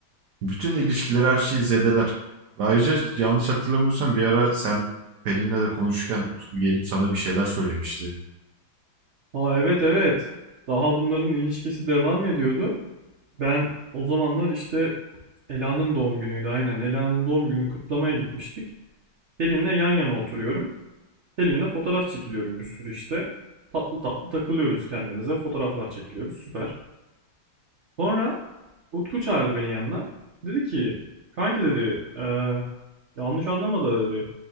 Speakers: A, on the right; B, on the right.
A: Bütün ilişkileri her şeyi zedeler. Ve ayrıca yanlış hatırlamıyorsam bir ara sen Pelin'le de konuşurken Utku gelip sana bir şeyler söylemişti.
B: Aa evet evet. Daha bunların ilişkisi devam ediyordu. Ben o zamanlar işte Ela'nın doğum günüydü. Aynen Ela'nın doğum gününü kutlamaya gitmiştik. Selin'le yan yana oturuyorum. Selin'le fotoğraf çekiliyorum bir sürü işte. Tatlı tatlı takılıyoruz kendimize. Fotoğraflar çekiliyoruz. Süper. Sonra Utku çağırdı beni yanına. Dedi ki kanki dedi "eee, yanlış anlama da dedi.